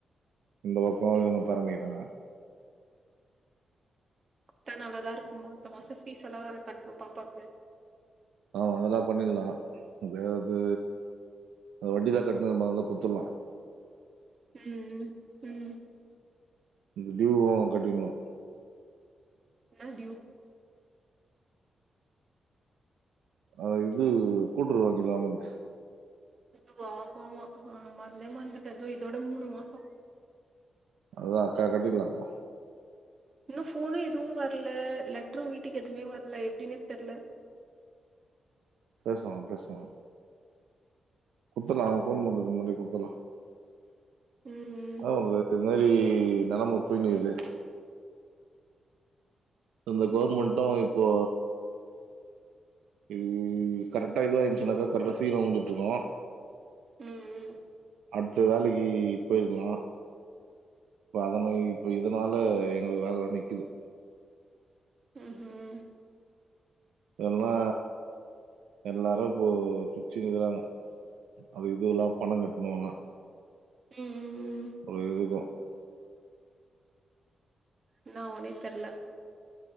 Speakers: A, on the right; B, on the right.
A: இந்த பக்கம்
B: சேரி
A: இவுங்க தரணிக்கிறாங்க
B: குத்தா நல்லாதா இருக்கு அத்த மாச ஃபீஸ் எல்லா வேற கட்ணு பாப்பாக்கு
A: ஆ அதெல்லா பண்ணிரலா தோ அது அ வட்டிலா கட்டின்ருந்தமே அதல்லா குத்துலா
B: ம் ம் ம்
A: இந்த ஃடியூவு கட்டிக்கில
B: என்ன ஃடியூ
A: அ இது கூட்டுறவு வங்கில வாங்கனது
B: அதுவா ஆமா ஆமா அ மரந்தே மரந்துட இதோட மூணு மாசோ
A: அது தா அக்கா கட்டிர்லா ப்போ
B: இன்னு போனும் எதுவு வரல லெட்டரு வீட்டுக்கு எதுவுமே வரல எப்டின்னே தெர்ல
A: பேசுவாங்க பேசுவாங்க குத்தரலா அவுங்க போன் பண்றதுக்கு முன்னாடி குத்தரலா
B: ம்
A: அதா <unintelligible> இது மாதிரி நெலம போயனுக்கிது இந்த கவுர்மெண்ட்டு இப்போ இ கரெக்டா இதுவாயிருச் சுன்னாக்க கடைசில முடிஞ்சுட்ருக்கு
B: ம்
A: அட்த்த வேலைக்கு போயிருக்கலா இப்ப அதன இப்ப இதனால எங்களுக்கு வேலை நிக்குது
B: ம் ஹீம்
A: எல்லா எல்லாரு இப்போ பிச்சக்குகிறாங்க அது இதுல்லா பணம் கட்ணுனா
B: ம் ம்
A: ஒரு இருக்கு
B: என்ன ஆவோனே தெர்ல